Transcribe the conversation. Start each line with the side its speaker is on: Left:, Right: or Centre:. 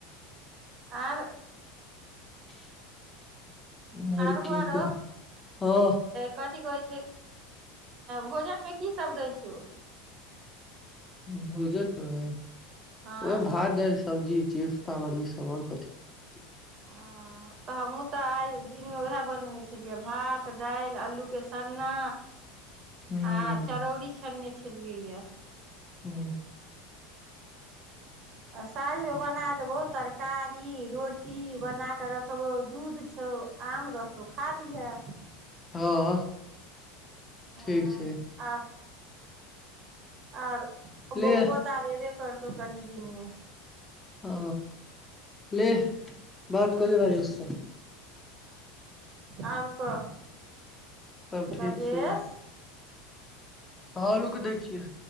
Right: आर
Left: <unintelligible> उम्हर
Right: आर बौआ
Left: की
Right: रो
Left: कह हँ
Right: कथी कहै भोजनमे की सब दै छौ
Left: भोजन मे
Right: हँ
Left: उहे भात दाल सब्जी चिप्सता बड़ी आओर कथी
Right: ह तऽ हमहूँ तऽ आइ दिनमे उहै बनेने छलियै भात दालि आलूके सन्ना
Left: हूँ
Right: आ चरौरी छानने छी खेलियै यै
Left: हू
Right: आ साँझमे बना देबौ तरकारी रोटी बना कऽ रखबौ दूध छौ आम रहतौ खा लिहै
Left: हँ ठीक
Right: आ
Left: छै
Right: आर
Left: ले
Right: बौआ त आब एबेे कर एतौ कनि दिनमे
Left: ओ लेह बात कऽ ले राजेश से
Right: आओर कह
Left: सभ ठीक
Right: राजेश
Left: छै हँ रुक दै छियै